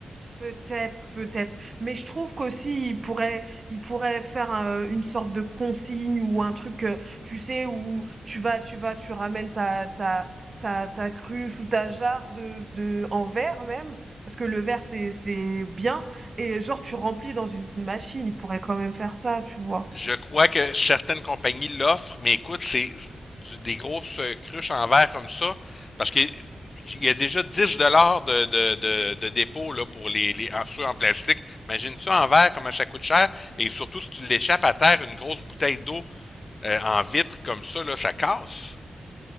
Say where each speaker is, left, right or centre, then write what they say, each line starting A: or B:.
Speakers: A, on the right; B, on the left.
A: Peut-être, peut-être. Mais je trouve qu'aussi, il pourrait, il pourrait faire un- une sorte de consigne ou un truc, euh, tu sais, où tu vas, tu vas, tu ramènes ta, ta, ta, ta cruche ou ta jarre de, de, en verre même, parce que le verre, c'est, c'est bien. Et genre, tu remplis dans une machine. Il pourrait quand même faire ça, tu vois.
B: Je crois que certaines compagnies l'offrent, mais écoute, c'est du- des grosses euh, cruches en verre comme ça, parce que il y a déjà 10 dollars de, de, de, de dépôt là, pour les, les en, ceux en plastique. Imagine-tu en verre comment ça coûte cher, et surtout si tu l'échappes à terre, une grosse bouteille d'eau euh, en vitre comme ça, là, ça casse.